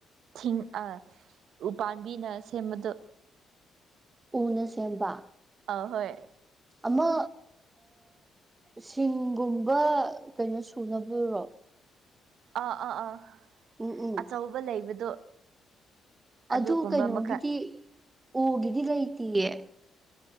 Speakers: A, on the right; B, on the right.
A: ꯊ ꯎꯄꯥꯥꯝꯕꯤꯅ ꯁꯦꯝꯕꯗꯣ
B: ꯎꯅ ꯁꯦꯝꯕ
A: ꯑ ꯍꯣꯏ
B: ꯑꯃ ꯁꯤꯡꯒꯨꯝꯕ ꯀꯩꯅꯣ ꯁꯨꯅꯕ ꯂꯔꯣ
A: ꯑꯥ ꯑꯥ ꯑꯥ
B: ꯎꯝ ꯎꯝ
A: ꯑꯆꯧꯕ ꯂꯩꯕꯗꯣ ꯑꯗꯨꯒꯨꯝꯕ
B: ꯑꯗꯨ ꯀꯩꯅꯣꯒꯤꯗꯤ
A: ꯃꯈꯜ
B: ꯑꯣꯒꯤꯗꯤ ꯂꯩꯇꯦꯌꯦ